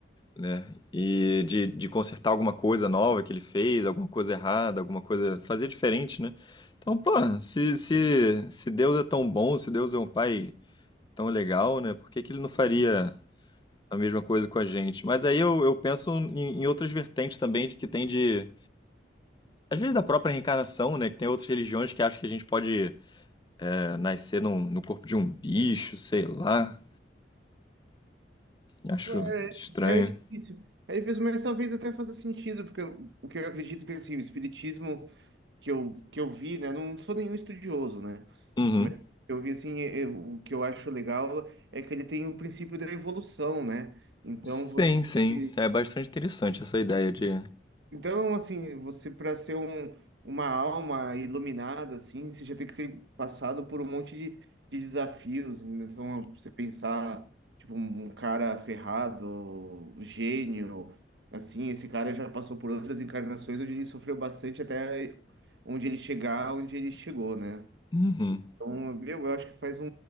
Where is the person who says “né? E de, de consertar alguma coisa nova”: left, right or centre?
Left